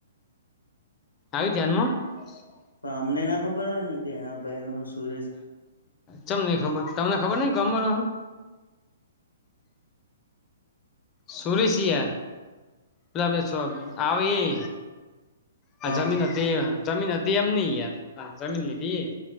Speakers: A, on the left; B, on the left.
A: આયુ ધ્યાન માં <inaudible>
B: પણ અમને ના ખબર હોય ને કે આ ભાઈ નું સુરેશ
A: ચમ નઈ ખબર તમને ખબર નહિ ગામ માં રો હો
B: <inaudible>
A: સુરેશ યાર દવા વેચવા આવે એ આ
B: કોણ
A: જમીન હતી, જમીન હતી એમ નઈ યાર જમીન લીધી હે,